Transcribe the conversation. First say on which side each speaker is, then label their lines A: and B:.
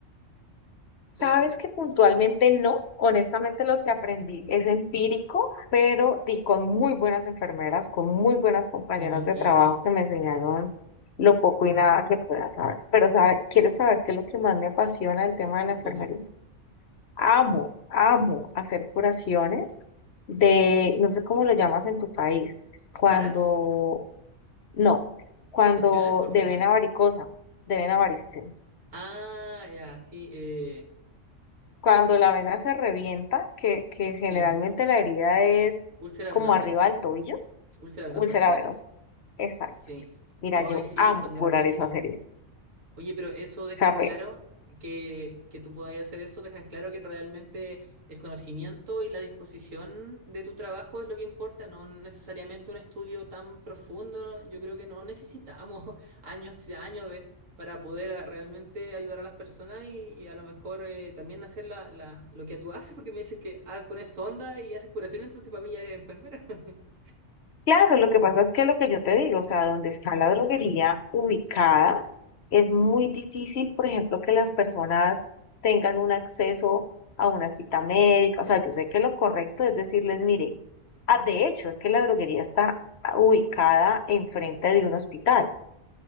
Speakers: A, on the left; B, on the right.
A: sabes
B: O
A: que puntualmente no, honestamente lo que aprendí es empírico, pero di con muy buenas enfermeras, con muy buenas compañeras
B: me imagino,
A: de trabajo que me enseñaron lo poco y nada que pueda saber. Pero sabe, ¿quieres saber qué es lo que más me apasiona el tema de la
B: te
A: enfermería?
B: escucho.
A: Amo, amo hacer curaciones de, no sé cómo lo llamas en tu país,
B: ¿Escaras?
A: cuando No, cuando
B: ¿Lesiones por
A: de
B: presión?
A: vena varicosa, de vena varicela.
B: Ah, ya, sí, eh,
A: Cuando la vena se revienta, que, que generalmente
B: sí.
A: la herida es
B: Úlcera
A: como
B: venosa.
A: arriba del tobillo,
B: Úlcera venosa,
A: úlcera
B: sí.
A: venosa. Exacto.
B: Sí,
A: Mira,
B: hoy
A: yo
B: sí,
A: amo
B: son grandísimas.
A: curar esa heridas.
B: Oye, pero eso
A: O
B: deja
A: sea,
B: en
A: me,
B: claro que, que tú podáis hacer eso, deja en claro que realmente el conocimiento y la disposición de tu trabajo es lo que importa, no necesariamente un estudio tan profundo. Yo creo que no necesitamos <laughs> años y años de- para poder ah, realmente ayudar a las personas y, y a lo mejor eh, también hacer la, la- lo que tú haces, porque me dices que ah, pones sonda y haces curación, entonces para mí ya eres enfermera. <laughs>
A: Claro, lo que pasa es que lo que yo te digo, o sea, donde está la droguería ubicada, es muy difícil, por ejemplo, que las personas tengan un acceso a una cita médica. O sea, yo sé que lo correcto es decirles, mire, ah, de hecho, es que la droguería está ubicada enfrente de un hospital.